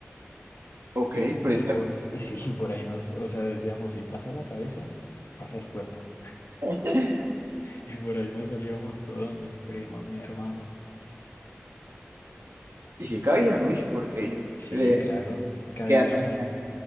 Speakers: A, on the right; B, on the left.
A: ok,
B: Y,
A: pero
B: y
A: está
B: por, <laughs> y sí, por ahí nos, o sea, decíamos, si pasa la cabeza, pasa el cuerpo.
A: bien. <laughs>
B: Y por ahí nos salíamos todos, mis primos, mis hermanos.
A: Y si cabían, uy, porque
B: Sí,
A: de
B: claro, cabíamos.
A: qué edad tenían,